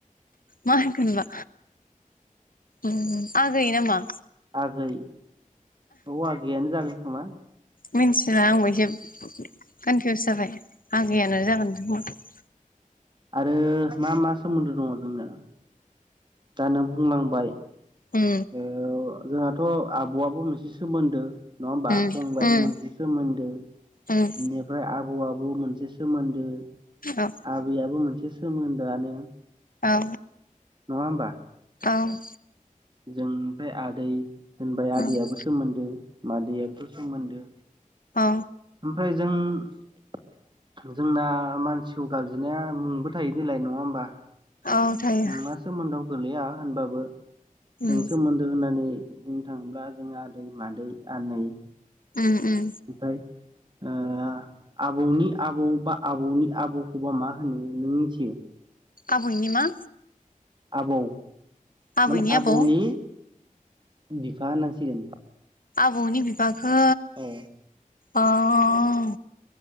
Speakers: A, on the left; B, on the right.
A: मा होनगोनबा? ओम आगै ना मा?
B: आगै औ आगैयानो जागोन खोमा।
A: मिन्थिला आंबो एसे कनफिउस जाबाय आगैयानो जागोन खोमा ।
B: आरो मा मा सोमोन्दो दङ जोंना दा नों बुंलांबाय।
A: उम
B: ओह जोंहाथ' आब'आबो मोनसे सोमोन्दो नङा होमबा
A: उम
B: फंबायाबो
A: उम
B: मोनसे सोमोन्दो
A: उम
B: बेनिफ्राय आबौ आ बो मोनसे सोमोन्दो
A: औ
B: आबैयाबो मोनसे सोमोन्दोआनो ।
A: औ।
B: नङा होमबा?
A: औ।
B: जों ओमफ्राय आदै होनबाय
A: औ
B: आदैयाबो सोमोन्दो मादैआबोथ' सोमोन्दो।
A: औ
B: ओमफ्राय जों जोंना मानसिखौ गाबज्रिनाया मुंबो थायो देलाय नङा होमबा?
A: औ थायो
B: मा सोमोन्दोआव गोलैया होनबाबो जों
A: उम
B: सोमोन्दो होनानै बुंनो थाङोब्ला जों आदै मादै आनै
A: उम उम
B: ओमफ्राय ओह आबौनि आबौ बा आबौनि आबौखौबा मा होनो नों मिथियो?
A: आबयनि मा?
B: आबौ
A: आबैनि
B: माने आबौनि
A: आबौ
B: बिफा होननांसिगोन।
A: आबौनि बिफाखौ
B: औ
A: ओह